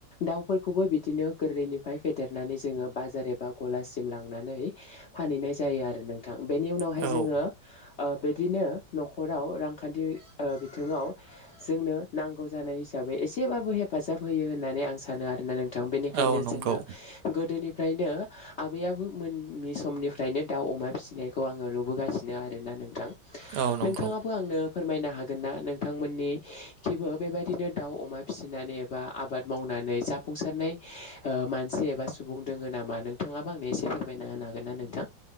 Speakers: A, on the left; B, on the right.
A: दाउफोरखौबो बिदिनो गोरलैनिफ्राय फेदेरनानै जोङो बाजार एबा गलासिम लाङ थांनानै फानहैनाय जायो आरो नोंथां बेनि उनावहाय
B: औ
A: जोङो ओ बिदिनो नखराव रांखान्थि ओ बिथिङाव जोंनो नां गौ जानाय हिसाबै एसेबाबो हे हेफाजाब होयो होननानै आं सानो आरोना नों थां बेनिखायनो
B: औ नंगौ
A: जोंना गोदोनि निफ्रायनो आबैयाबो मोननि समनिफ्रायनो दाउ अमा फिसिनायखौ आङो नुबोगासिनो आरोना नोंथां।
B: औ नंगौ
A: नोंथाङाबो आंनो फोरमायनो हागोन ना नोंथांमोननि खिबो बेबायदिनो दाउ अमा फिसिनानै एबा आबाद मावनानै जाफुंसारनाय मानसि एबा सुबुं दङ नामा नोंथाङाबो आंनो एसे फोरम मायना होनो हागोन ना नोंथां?